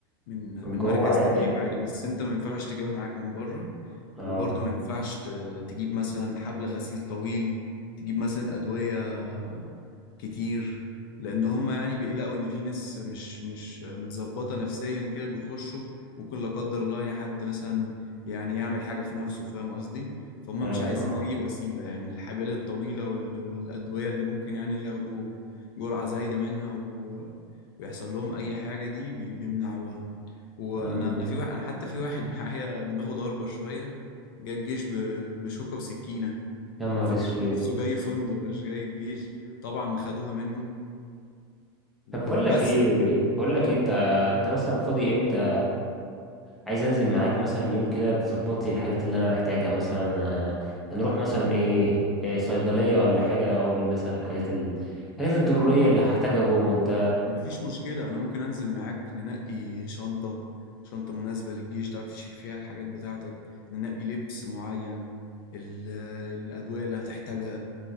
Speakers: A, on the left; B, in the centre.
A: من
B: من
A: من
B: جوه
A: مركز
B: عادي
A: تدريب عادي بس انت ما ينفعش تجيبها معاك من بره
B: اه
A: وبرضه ما ينفعش ت- تجيب مثلا حبل غسيل طويل تجيب مثلا أدوية كتير لأن هم يعني بيقلقوا إن في ناس مش مش متظبطة نفسيا كده بيخشوا ممكن لا قدر الله يعني حد مثلا يعني يعمل حاجة في نفسه فاهم قصدي فهم
B: فاهم
A: مش عايزين
B: اه
A: أي وسيلة يعني الحبال الطويلة وال- والأدوية اللي ممكن يعني ياخدوا جرعة زايدة منها و- ويحصل لهم أي حاجة دي بي- بيمنعوها وانا
B: مم.
A: انا في واحد انا حتى في واحد <laughs> معايا دماغه ضاربه شويه جه الجيش ب- بشوكه وسكينه
B: يا نهار
A: كان فاكر
B: اسود
A: <laughs> نفسه جاي فندق مش جاي الجيش طبعا خدوها منه وبس
B: طب بقول لك ايه
A: انت كده
B: بقول
A: قول
B: لك إيه،
A: لي
B: انت انت مثلا فاضي امتى عايز انزل معاك مثلا يوم كده تظبط لي الحاجات اللي انا محتاجها مثلا آه، هنروح مثلا ايه, إيه صيدلية ولا حاجة اقول مثلا الحاجات ال... الحاجات الضرورية اللي هحتاجها جوه انت
A: مفيش مشكله انا ممكن انزل معاك ننقي شنطه شنطه مناسبه للجيش تعرف تشيل فيها الحاجات بتاعتك ننقي لبس معين ال- الادويه اللي هتحتاجها